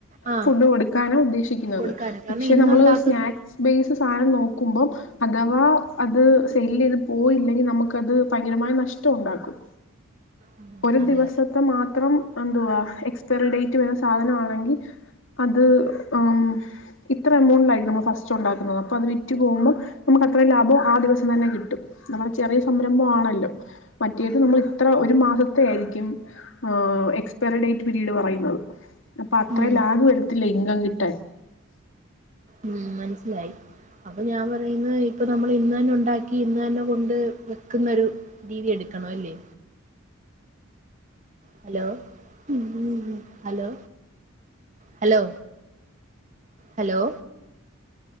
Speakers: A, on the right; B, on the left.
A: ആഹ്
B: ഫുഡ് കൊടുക്കാനാ ഉദ്ദേശിക്കുന്നത്
A: കൊടുക്കാന് കാരണം
B: പക്ഷേ
A: ഇന്നുണ്ടാക്കുന്ന
B: നമ്മൾ സ്നാക്സ് ബേസ് സാധനം നോക്കുമ്പോൾ അഥവാ അത് സെല്ല് ചെയ്ത് പോയില്ലെങ്കിൽ നമുക്കത് ഭയങ്കരമായി നഷ്ടം ഉണ്ടാക്കും
A: ഉം
B: ഒരു
A: അതെ
B: ദിവസത്തെ മാത്രം എന്തുവാ എക്സ്പയറി ഡേറ്റ് വരുന്ന സാധനമാണെങ്കിൽ അത് എമ് ഇത്ര എമൗണ്ടിലായിട്ട് നമ്മൾ ഫസ്റ്റ് ഉണ്ടാക്കുന്നത് അപ്പൊ അത് വിറ്റു പോകുമ്പോം നമുക്ക് അത്ര ലാഭം ആ ദിവസം തന്നെ കിട്ടും നമ്മൾ ചെറിയ സംരംഭം ആണല്ലോ മറ്റേത് നമ്മൾ ഇത്ര ഒരു മാസ <unintelligible> ഏഹ് എക്സ്പയ ഡേറ്റ് പിരീട് പറയുന്നത് അപ്പൊ അത്ര
A: ഉം
B: ലാഗ് വരത്തില്ല ഇൻകം കി എട്ട
A: ഉം മനസിലായി അപ്പൊ ഞാൻ പറയുന്ന ഇപ്പൊ നമ്മൾ ഇന്ന്ന്നെ ഉണ്ടാക്കി ഇന്ന് തന്നെ കൊണ്ട് വെക്കുന്നൊ ഒരു രീതി എടുക്കണ അല്ലേ hello <unintelligible> hello hello hello